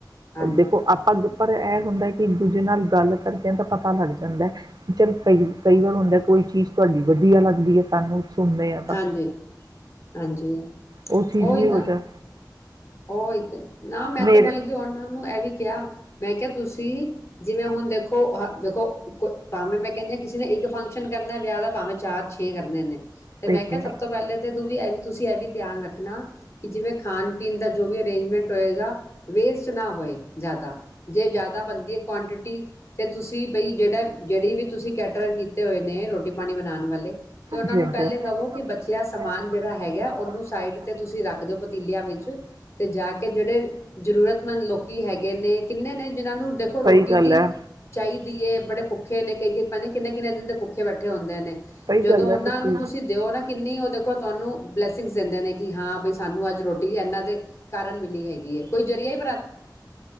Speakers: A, on the left; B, on the right.
A: ਹਾਂਜੀ
B: ਦੇਖੋ ਆਪਾਂ ਗ ਪਰ ਇਹ ਹੁੰਦਾ, ਕਿ ਦੂਜੇ ਨਾਲ ਗੱਲ ਕਰਦਿਆਂ ਤਾਂ ਪਤਾ ਲੱਗ ਜਾਂਦਾ ਚੱਲ ਕਈ ਕਈ ਵਾਰ ਹੁੰਦੇ। ਕੋਈ ਚੀਜ਼ ਤੁਹਾਡੀ ਵਧੀਆ ਲੱਗਦੀ ਹੈ ਸਾਨੂੰ। ਸੁਣਦੇ ਹਾਂ ਤਾਂ
A: ਹਾਂਜੀ ਹਾਂਜੀ।
B: ਉਹ ਚੀਜ਼
A: ਉਹੀ
B: ਵੀ
A: ਨਾ,
B: ਹੋ ਜਾ
A: ਉਹੀ ਤੇ ਨਾ ਮੈਂ
B: ਮੇਰੇ
A: ਤੇ ਬਲਕੀ ਉਹਨਾਂ ਨੂੰ ਏਹ ਇਹ ਵੀ ਕਿਹਾ, ਮੈਂ ਕਿਹਾ ਤੁਸੀਂ ਜਿਵੇਂ ਹੁਣ ਦੇਖੋ ਦੇਖੋ ਕੁ ਭਾਵੇਂ ਮੈਂ ਕਹਿੰਦੇ ਕਿਸੇ ਨੇ ਇੱਕ ਫਕ ਫੰਕਸ਼ਨ ਕਰਨਾ ਵਿਆਹ ਦਾ, ਭਾਵੇਂ ਚਾਰ ਛੇ ਕਰਨੇ ਨੇ। ਤੇ
B: ਬਿਲਕੁਲ
A: ਮੈਂ ਕਿਹਾ, ਸਭ ਤੋਂ ਪਹਿਲੇ ਤੇ ਤੂੰ ਵੀ ਇਹ ਵੀ ਤੁਸੀਂ ਇਹ ਵੀ ਧਿਆਨ ਰੱਖਣਾ, ਕਿ ਜਿਵੇਂ ਖਾਣ ਪੀਣ ਦਾ ਜੋ ਵੀ ਅਰੇਂਜਮੈਂਟ ਹੋਏਗਾ, ਵੇਸਟ ਨਾ ਹੋਏ ਜ਼ਿਆਦਾ, ਜੇ ਜ਼ਿਆਦਾ ਬਣਦੀ ਹੈ ਕੁਆਂਟਿਟੀ ਤੇ ਤੁਸੀਂ। ਬਈ ਜਿਹੜਾ ਜਿਹੜੀ ਵੀ ਤੁਸੀਂ ਕੈਟਰ ਕੀਤੇ ਹੋਏ ਨੇ ਰੋਟੀ ਪਾਣੀ ਬਣਾ ਣ ਵਾਲੇ- ਤੇ ਉਹਨਾਂ
B: ਹਾਂਜੀ
A: ਨੂੰ ਪਹਿਲੇ
B: ਹਾਂਜੀ
A: ਕਵੋ ਕਿ ਬੱਚਿਆ ਸਮਾਨ ਜਿਹੜਾ ਹੈਗਾ ਉਹਨੂੰ ਸਾਈਡ ਤੇ ਤੁਸੀਂ ਰੱਖ ਦੇ ਪਤੀਲਿਆਂ ਵਿੱਚ ਅਤੇ ਜਾ ਕੇ ਜਿਹੜੇ ਜ਼ਰੂਰਤਮੰਦ ਲੋਕੀ ਹੈਗੇ ਨੇ ਕਿੰਨੇ ਨੇ ਜਿਹਨਾਂ ਨੂੰ ਦੇਖੋ ਰੋਟੀ
B: ਸਹੀ ਗੱਲ
A: ਦੀ
B: ਹੈ।
A: ਚਾਹੀਦੀ ਹੈ। ਬੜੇ ਭੁੱਖੇ ਨੇ ਕਈ-ਕਈ ਪਤਾ ਨੀ ਕਿੰਨੇ-ਕਿੰਨੇ ਦਿਨ ਦੇ ਭੁੱਖੇ ਬੈਠੇ ਹੁੰਦੇ ਨੇ
B: ਸਹੀ
A: ਜਦੋਂ
B: ਗੱਲ
A: ਉਹਨਾਂ
B: ਹੈ। ਤੁਸੀਂ
A: ਨੂੰ ਤੁਸੀਂ ਦਿਓ ਨਾ ਕਿੰਨੀ ਉਹ ਦੇਖੋ ਤੁਹਾਨੂੰ ਬਲੈਸਿੰਗ ਦਿੰਦੇ ਨੇ ਕਿ ਹਾਂ ਬਈ ਸਾਨੂੰ ਅੱਜ ਰੋਟੀ ਇਹਨਾਂ ਦੇ ਕਾਰਨ ਮਿਲੀ ਹੈਗੀ ਕੋਈ ਜ਼ਰੀਆ ਈ